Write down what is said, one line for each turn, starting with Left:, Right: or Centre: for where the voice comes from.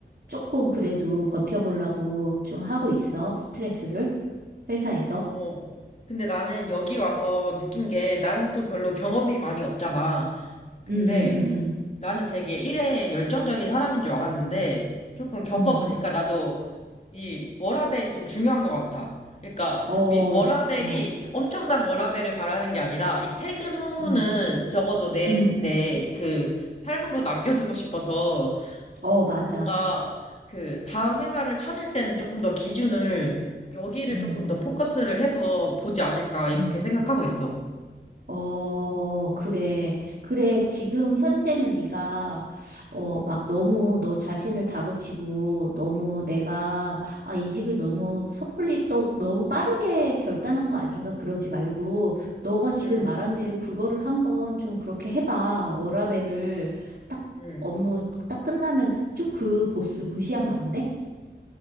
Right: 조금 그래도 버텨보려고 좀 하고 있어? 스트레스를? 회사에서?
Left: 어. 근데 나는 여기 와서 느낀 게 나는 또 별로 경험이 많이 없잖아. 근데
Right: 음, 음, 음,
Left: 나는 되게 일에 열정적인 사람인 줄 알았는데 조금 겪어보니까
Right: 음,
Left: 나도 이 워라밸이 좀 중요한 것 같아. 그러니까
Right: 음. 어,
Left: 이 워라밸이
Right: 어,
Left: 엄청난 워라밸을 바라는 게 아니라 이 퇴근 후는
Right: 음,
Left: 적어도 내,
Right: 음.
Left: 내 그 삶으로 남겨두고 싶어서
Right: 어, 맞아.
Left: 뭔가 그 다음 회사를 찾을 때는 조금 더 기준을 여기를
Right: 음,
Left: 조금 더 포커스를 해서 보지 않을까 이렇게
Right: 음.
Left: 생각하고 있어.
Right: 어, 그래. 그래. 지금 현재는 네가 어, 막 너무 너 자신을 다그치고 너무 내가 아, 이직을 너무 섣불리 또 너무 빠르게 결단한 거 아닌가 그러지 말고 너가 지금
Left: 음,
Right: 말한 대로 그거를 한번 좀 그렇게 해봐. 워라밸을 딱
Left: 음.
Right: 업무 딱 끝나면 좀 그 보스 무시하면 안 돼?